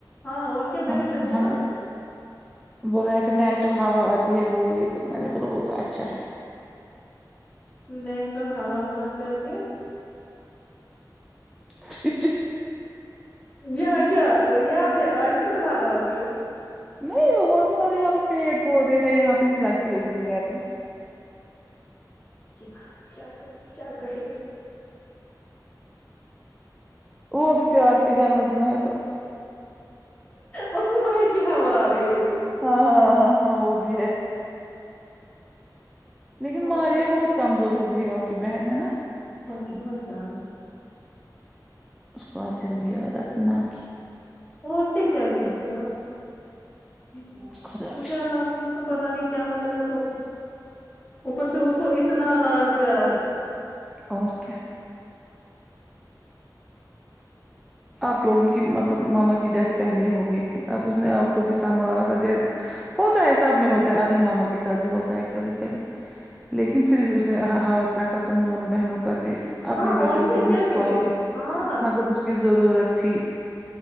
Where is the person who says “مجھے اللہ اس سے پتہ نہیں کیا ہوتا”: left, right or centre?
Left